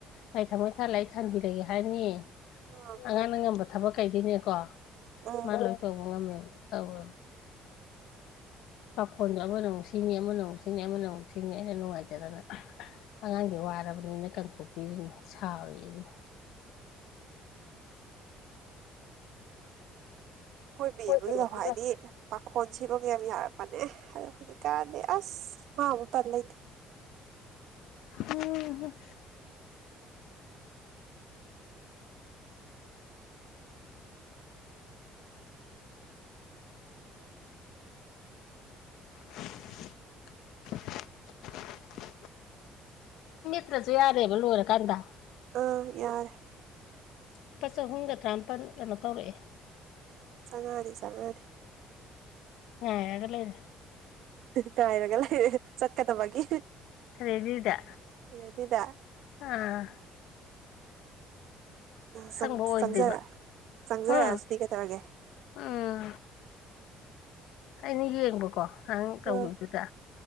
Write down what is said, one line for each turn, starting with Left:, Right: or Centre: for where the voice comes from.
Left: ꯑꯩ ꯊꯝꯃꯣꯏ ꯊꯥ ꯂ ꯑꯩ ꯊꯥꯟꯕꯤꯔꯒꯦ ꯍꯥꯏꯅꯤꯌꯦ
Right: ꯎꯝ
Left: ꯑꯉꯥꯡꯅ ꯉꯝꯕ ꯊꯕꯛ ꯀꯩꯗꯅꯦꯀꯣ
Right: ꯎꯝ
Left: ꯃꯥ ꯂꯣꯏ ꯇꯧꯕ ꯉꯝꯃꯦꯕ ꯇꯧꯋ ꯄꯥꯈꯣꯟꯗꯣ ꯑꯃꯅ ꯑꯃꯨꯛ ꯁꯤꯅꯤ ꯑꯃꯅ ꯑꯃꯨꯛ ꯁꯤꯅꯤ ꯑꯃꯅ ꯑꯃꯨꯛ ꯁꯤꯅꯤ ꯑꯩꯅ ꯅꯨꯡꯉꯥꯏꯇꯗꯅ ꯑꯉꯥꯡꯗꯤ ꯋꯥꯔꯕꯅꯤꯅ ꯀꯟꯊꯣꯛꯄꯤꯔꯤꯅꯤ ꯁꯥꯎꯔꯤ ꯑꯗꯨꯅꯤ <inaudible>
Right: ꯑꯀꯣꯏ
Left: ꯑꯩꯈꯣꯏꯗꯤ
Right: ꯃꯤ ꯑꯃꯗꯨꯗ
Left: ꯑꯃꯨꯛ
Right: ꯍꯥꯏꯏꯗꯤ
Left: ꯂꯥꯛ
Right: ꯄꯥꯈꯣꯟ ꯁꯤꯕꯒ ꯌꯥꯝ ꯌꯥꯔꯛꯄꯅꯦ ꯑꯗꯨ ꯍꯧꯖꯤꯛꯀꯥꯟꯗꯤ ꯑꯁ ꯍ ꯇꯥꯟꯂ ꯂꯩꯇꯦ
Left: ꯍꯝ <inaudible> ꯃ꯭ꯔꯁꯨ ꯌꯥꯔꯦꯕ ꯂꯣꯏꯔ ꯀꯗ
Right: ꯑ ꯌꯥꯔ
Left: ꯂꯨꯄꯥ ꯆꯍꯨꯝꯒ ꯇꯔꯥꯃꯥꯄꯜ ꯀꯩꯅꯣ ꯇꯧꯔꯛꯑꯦ
Right: ꯁꯉꯗꯤ ꯆꯉꯗꯤ
Left: ꯍ ꯑꯗꯨꯂꯅꯦ
Right: ꯇꯥꯏꯔꯒ ꯂꯩꯔꯦ ꯆꯠꯀꯗꯕꯒꯤ
Left: ꯔꯦꯗꯤꯗ
Right: ꯑꯗꯨꯗ
Left: ꯑꯥ
Right: ꯑ
Left: ꯁꯪꯕ ꯑꯣꯏꯗ꯭ꯔꯤꯕ
Right: ꯆꯪꯖꯔꯛ ꯆꯪꯖꯔꯛꯑꯁꯨꯗꯤ
Left: ꯍꯨꯝ
Right: ꯀꯩ ꯇꯧꯔꯒꯦ
Left: ꯎꯝ ꯑꯩꯅ ꯌꯦꯡꯕꯀꯣ ꯅꯪ ꯇꯧꯈꯤꯕꯗꯨꯗ
Right: ꯑꯥ